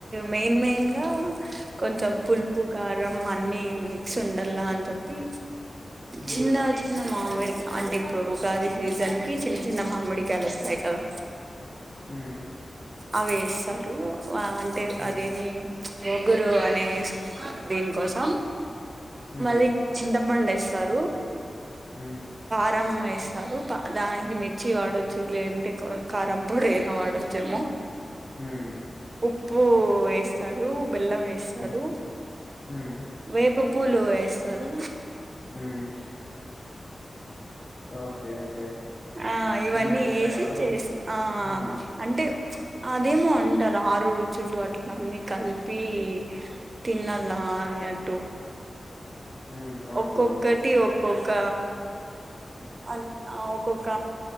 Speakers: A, on the right; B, on the left.
A: మెయిన్ మెయిన్ గా కొంచెం పులుపు, కారం అన్నీ మిక్స్ ఉండల్లా అని చెప్పి
B: మ్మ్
A: చిన్న న మామిడి అంటే ఇపుడు ఉగాది సీజన్ కి చిన్న చిన్న మామిడికాయలు వస్తాయి కదా.
B: మ్మ్
A: అవి ఏస్తారూ. ఆ అంటే
B: మ్మ్
A: అదేమీ ప్చ్ వగురూ అనేస్ దీన్కోసం.
B: మ్మ్
A: మళ్ళీ చింత మందేస్తారూ.
B: హ్మ
A: కారం వేస్తారు దానికి మిర్చి వాడొచ్చు లేదంటే కారం పొడైనా వాడొచ్చేమో
B: మ్మ్
A: ఉప్పు వేస్తారు బెల్లం వేేస్తారు
B: మ్మ్ మ్మ్
A: వేప పు పూలు వేస్తారు
B: మ్మ్ ఓకే ఓకే
A: ఆ ఇవన్నీ
B: ఇన్ని వేస్తారా
A: ఏసి
B: దాంట్లో
A: చేసి ఆ ఆ
B: మ్మ్
A: అంటే అదేమో అంటారు ఆరు రుచులు అట్ల అన్నీ కలిపి తిన్నాల అన్నట్టు
B: మ్మ్ అవునవునులే
A: ఒక్కొక్కటి ఒక్కొ క అ ఒక్కొక్క